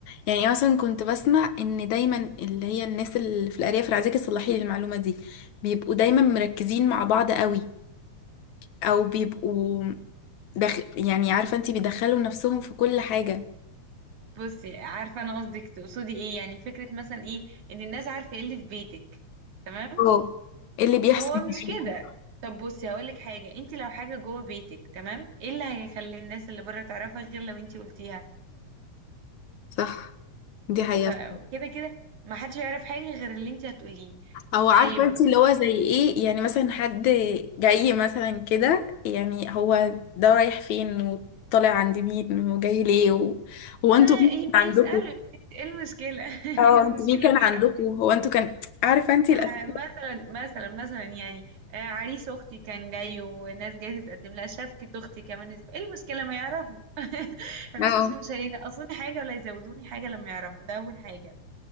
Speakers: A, on the left; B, on the right.
A: يعني مثلا كنت بسمع ان دايما اللي هي الناس اللي في الارياف انا عايزاكي تصلحي لي المعلومه دي بيبقوا دايما مركزين مع بعض قوي او بيبقوا دخ... يعني عارفه انتي بيدخلوا نفسهم في كل حاجه
B: بصي عارفة أنا قصدك تقصدي إيه يعني فكرة مثلا إيه إن الناس عارفة إيه اللي في بيتك تمام
A: اه إيه اللي بيحصل
B: هو
A: معاكي
B: مش كده طب بصي هقولك حاجة انت لو حاجة جوه بيتك تمام ايه اللي هيخلي الناس اللي بره تعرفها غير لو انت قلتيها
A: صح دي حقيقه
B: فكده كده ما حدش يعرف حاجة غير اللي انت هتقوليه
A: او عارفه
B: طيب
A: انتي اللي هو
B: عشان
A: زي ايه يعني مثلا حد جاي مثلا كده يعني هو ده رايح فين وطالع عند مين وجاي ليه و... هو انتوا
B: ما
A: مين عندكم
B: ما يسألوا ايه المشكلة <laughs>
A: اه
B: ايه المشكلة
A: انتوا مين كان
B: ما
A: عندكم
B: يعرفوا مين؟
A: هو انتوا كان عارفه انت الاسئله
B: آه، مثلا مثلا مثلا يعني آه، عريس اختي كان جاي وناس جايه تتقدم لها شبكة اختي كمان اسبوع ايه المشكلة ما يعرفوا <laughs> مفيش
A: اه
B: مشكلة مش هينقصوني حاجة ولا يزودوني حاجة لما يعرفوا ده اول حاجة